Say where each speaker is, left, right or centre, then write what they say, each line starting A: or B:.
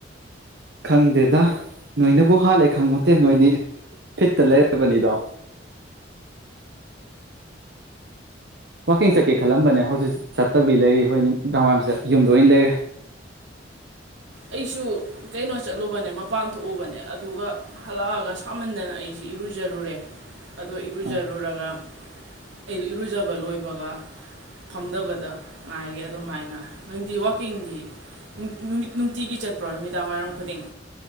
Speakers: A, on the right (about 60°); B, on the right (about 85°).
A: ꯈꯪꯗꯦꯗ ꯅꯣꯏꯅꯕꯨ ꯍꯥꯜꯂꯦ ꯈꯪꯕꯣꯟꯇꯦ ꯅꯣꯏꯗꯤ ꯐꯤꯠꯇ ꯂꯩꯔꯕꯅꯤꯗꯣ ꯋꯥꯀꯤꯡ ꯆꯠꯀꯦ ꯈꯜꯂꯝꯕꯅꯦ ꯍꯧꯖꯤꯛ ꯆꯠ ꯐꯠꯇꯕꯤ ꯂꯩ ꯍꯣꯏ ꯅꯨꯃꯤꯗꯥꯡ ꯋꯥꯏꯔꯝꯁꯦ ꯌꯨꯝꯗ ꯑꯣꯏꯅ ꯂꯩꯔꯦ
B: ꯑꯩꯁꯨ ꯀꯩꯅꯣ ꯆꯠꯂꯨꯕꯅꯦ ꯃꯄꯥꯟ ꯊꯣꯛꯎꯕꯅꯦ ꯑꯗꯨꯒ ꯍꯜꯂꯛꯑꯒ ꯁꯥꯃꯟꯗꯅ ꯑꯩꯁꯤ ꯏꯔꯨꯖꯔꯨꯔꯦ ꯑꯗꯨ ꯏꯔꯨꯖꯔꯨꯔꯒ
A: ꯑ
B: ꯑꯩ ꯏꯔꯨꯖꯕ ꯂꯣꯏꯕꯒ ꯐꯝꯗꯕꯗ ꯉꯥꯏꯔꯤ ꯑꯗꯨꯃꯥꯏꯅ ꯅꯪꯗꯤ ꯋꯥꯛꯀꯤꯡꯗꯤ ꯅꯨꯃꯤꯠ ꯅꯨꯡꯇꯤꯒꯤ ꯆꯠꯄ꯭ꯔꯣ ꯅꯨꯃꯤꯗꯥꯡꯋꯥꯏꯔꯝ ꯈꯨꯗꯤꯡ